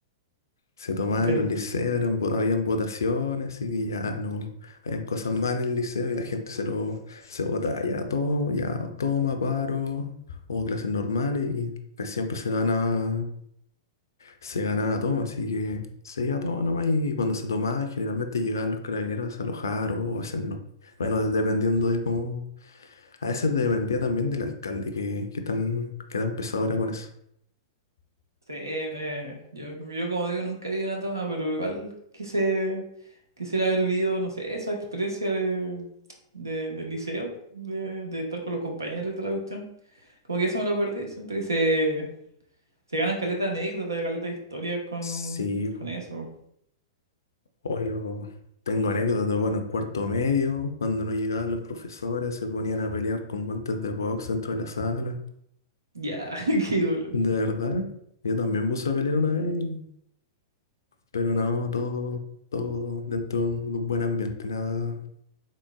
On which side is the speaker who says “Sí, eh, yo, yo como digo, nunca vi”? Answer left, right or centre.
Right